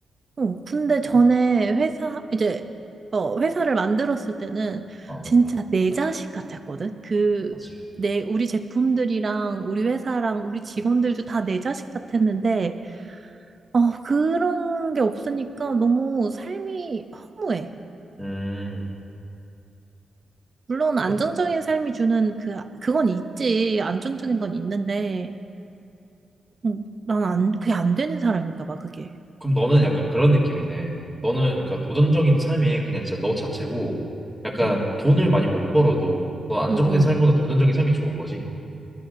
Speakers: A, on the right; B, in the centre.
A: 어, 근데 전에
B: 어,
A: 회사, 이제, 어, 회사를 만들었을 때는
B: 어,
A: 진짜 내 자식 같았거든? 그,
B: 맞아.
A: 내, 우리 제품들이랑 우리 회사랑 우리 직원들도 다 내 자식 같았는데, 어, 그런 게 없으니까 너무 삶이 허무해.
B: 음,
A: 물론 안정적인
B: 그렇-
A: 삶이 주는 그, 그건 있지. 안정적인 건 있는데, 음, 난 안, 그게 안 되는 사람인가 봐, 그게.
B: 그럼 너는 약간 그런 느낌이네. 너는 그러니까 도전적인 삶이 그냥 진짜 너 자체고 약간
A: 어,
B: 돈을 많이 못 벌어도 너 안정된
A: 응, 응.
B: 삶보다 도전적인 삶이 좋은 거지.